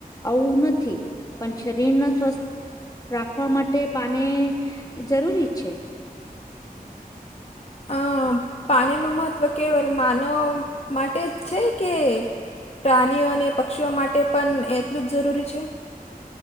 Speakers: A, on the left; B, on the left.
A: આવું નથી. પણ શરીરને સ્વસ્થ રાખવા માટે પાણી જરૂરી છે.
B: અ પાણી નુ મહત્વ કેવલ માનવ માટે જ છે કે પ્રાણીઓ અને પક્ષીઓ માટે પણ એટલું જ જરૂરી છે.